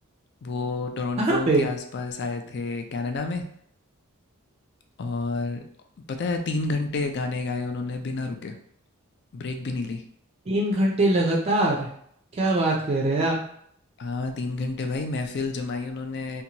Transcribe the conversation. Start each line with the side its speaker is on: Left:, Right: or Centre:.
Left: वो टोरंटो
Right: कहाँ पे
Left: के आसपास आए थे कनाडा में और पता है 3 घंटे गाने गाए उन्होंने बिना रुके, ब्रेक भी नहीं ली।
Right: तीन घंटे लगातार क्या बात कर रहे हैं आप
Left: हाँ, 3 घंटे भाई महफ़िल जमाई उन्होंने,